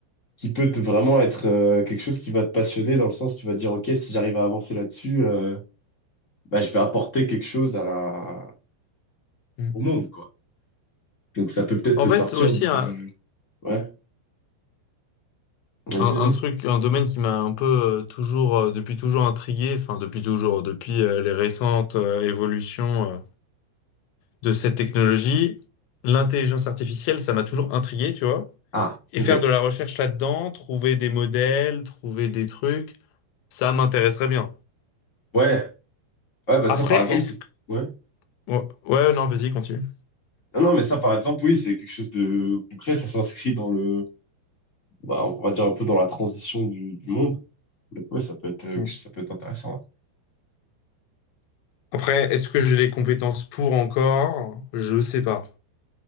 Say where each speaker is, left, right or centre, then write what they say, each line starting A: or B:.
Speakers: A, on the left (about 30°); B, on the left (about 75°).
A: qui peut te- vraiment être euh, quelque chose qui va te passionner dans le sens tu vas dire, OK, si j'arrive à avancer là-dessus, euh, bah, je vais apporter quelque chose à la...
B: Mm.
A: au monde, quoi. Donc ça peut peut-être
B: En
A: te sortir
B: fait, aussi,
A: du...
B: un,
A: Ouais, vas-y,
B: un-
A: vas-y.
B: un truc, un domaine qui m'a un peu euh, toujours, euh, depuis toujours intrigué, enfin, depuis toujours, depuis euh, les récentes euh, évolutions. euh, de cette technologie. L'intelligence artificielle, ça m'a toujours intrigué, tu vois.
A: Ah,
B: Et
A: OK.
B: faire de la recherche là-dedans, trouver des modèles, trouver des trucs, ça m'intéresserait bien.
A: Ouais, ouais, bah
B: Après,
A: ça par exemple,
B: est-ce
A: c'est...
B: que...
A: Ouais.
B: Ouais, ouais, non, vas-y, continue.
A: Non, non, mais ça par exemple, oui, c'est quelque chose de concret, ça s'inscrit dans le... Bah, on va dire un peu dans la transition du du monde. Donc ouais, ça peut être, euh,
B: Mm.
A: ça peut être intéressant. ouais.
B: Après, est-ce que j'ai les compétences pour encore? Je sais pas.